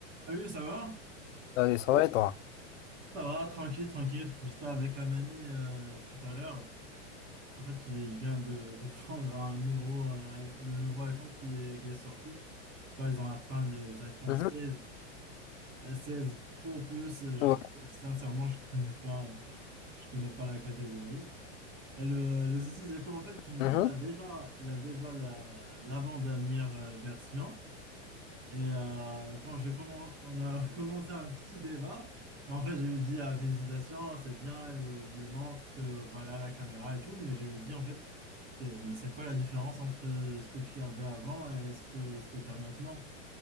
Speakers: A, on the right; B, on the left.
A: Salut, ça va?
B: Allez, ça va et toi?
A: Ça va, tranquille, tranquille. J'étais avec un ami euh, tout à l'heure. En fait, il il vient de, de <laughs> prendre un nouveau, euh, le nouveau iPhone qui est, qui est sorti. Tu vois, ils ont atteint les iPhone
B: Mhm.
A: seize, euh, 16 Pro Plus. Je,
B: Ouais.
A: sincèrement, je connais pas, je connais pas la catégorie. Et le, le souci, c'est qu'en fait, lui,
B: Mhm.
A: il a déjà, il a déjà la, l'avant-dernière euh, version. Et euh, quand j'ai commen- on a <laughs> commencé un petit débat, en fait, je lui dis ah, félicitations, c'est bien, elle me montre que voilà la caméra et tout, mais je lui dis en fait, que- mais c'est quoi la différence entre ce que tu avais avant et ce que ce que tu as maintenant?